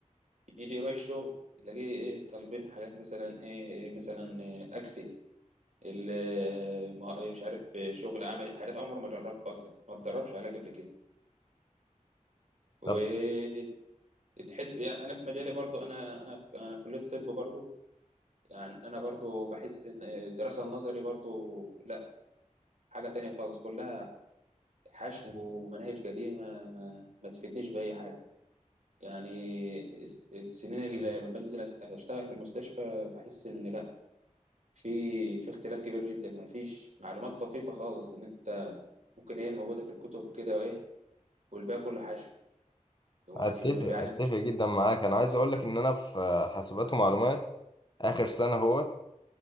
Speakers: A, on the right; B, on the left.
A: يجي يروح الشغل تلاقيه ايه طالبين حاجات مثلا ايه ايه مثلا ايه اكسل ال- ما- مش عارف شغل عملي حاجات عمره ما جربها اصلا ما اتدربش عليها قبل كده وتحس
B: طب
A: يعني انا في مجالي برضو انا انا في انا في كليه الطب برضو يعني انا برضو بحس ان الدراسه النظري برضو لا حاجه تانية خالص كلها حشو ومناهج قديمه ما, ما تفيدنيش باي حاجه يعني السنين اللي لما بنزل أس- اشتغل في المستشفى بحس ان لا في في اختلاف كبير جدا ما فيش معلومات طفيفه خالص ان انت ممكن هي اللي موجوده في الكتب كده وايه والباقي كله حشو يعني
B: اتفق
A: ما بيعلموش
B: اتفق جدا معاك انا عايز اقولك ان انا في حاسبات ومعلومات اخر سنة اهوت